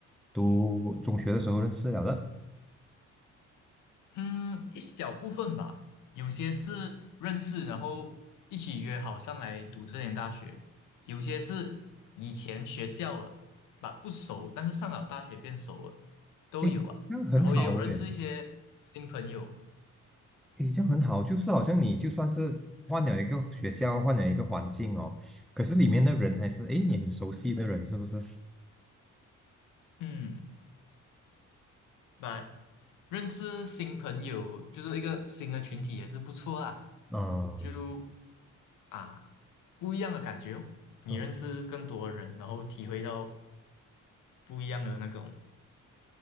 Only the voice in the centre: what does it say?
读中学的时候认识了的，
诶，这样很好诶，
诶，这样很好，就是好像你就算是换了一个学校，换了一个环境哦，可是里面的人还是诶你很熟悉的人，是不是？
嗯
嗯，